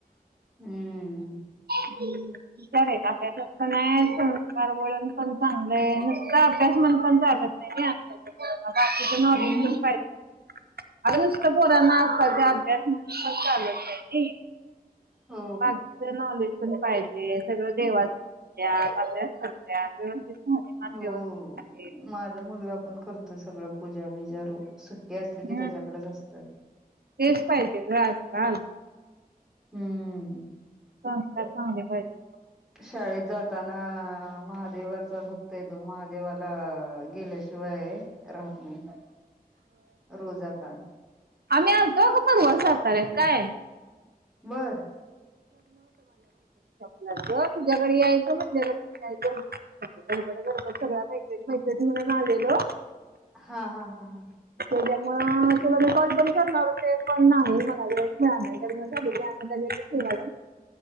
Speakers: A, in the centre; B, on the right.
A: हम्म
B: हम्म <inaudible> विचारायच अभ्यासात पण हाय, संस्कार वळण पण चांगलंय नुसता अभ्यास म्हनुण पण चालत नाही आताच्या पोरांना बाकीच नॉलेज
A: हम्म
B: पण पाहिजे. अग नुसत पोरांना आताच्या अभ्यास म्हणून पण चालत नाही नी
A: हो
B: बाकीच नॉलेज पण पाहिजे, सगळं देवाच म्हणत्यात, अभ्यास करत्यात. राहणीमान
A: हो हो
B: व्यवस्थित आहे.
A: माझा मुलगा पण करतोय, सगळं पूजा बिजा रोज ते असली की
B: हम्म
A: त्याच्याकडेच असतं.
B: तेच पाहिजे ग आजकाल
A: हम्म.
B: संस्कार चांगले पाहिजे.
A: शाळेत जात ताना महादेवाचा भक्त आहेे. तो महादेवाला गेल्याशिवाय राहत नाही रोज आता
B: आमी आलतो अग परवा साताऱ्यात काय?
A: बर.
B: यायच तुझ्याकडे यायचं म्हटलेल पण काय जमल? अग गडबड गडबड सगळ्या मैत्रीणी मैत्रीणी मिळून आलेलो.
A: हा हा हा हा.
B: मुळे तुला मी कॉल पण करणार होते पण नाही मलाळा म झा की